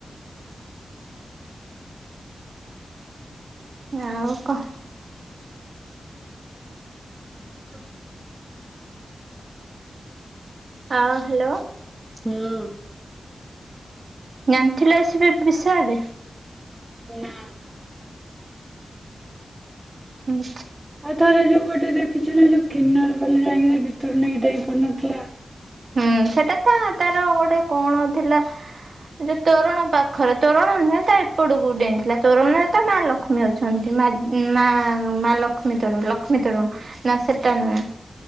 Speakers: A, on the right; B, on the right.
A: ଆଉ କହ।
B: ହୁଁ।
A: ହଁ ହାଲୋ।
B: ହଁ।
A: ଜାଣିଥିଲ ଏସବି ବିଷୟରେ?
B: ନାଁ।
A: ହୁଁ।
B: ଆଉ ଥରେ ଯୋଉଁ ଗୋଟେ ଦେଖିଛ ନା ଯୋଉ କିନ୍ନର ବୋଲି ଯାଇକି ସେ ଭିତରୁ ନେଇକି ଡେଇଁ ପଡିନଥିଲା।
A: ହୁଁ ସେଟା ତ ତାର ଗୋଟେ କଣ ଥିଲା ଯୋଉଁ ତୋରଣ ପାଖରେ ତୋରଣ ନୁହେଁ ତା ଏପଟକୁ ଡେଇଁଥିଲା ତୋରଣରେ ତା ମା ଲକ୍ଷ୍ମୀ ଅଛନ୍ତି। ମା-ମା-ମା ଲକ୍ଷ୍ମୀ ତରୁଣ ଲକ୍ଷ୍ମୀ ତରୁଣ ନା ସେଟା ନୁହେଁ।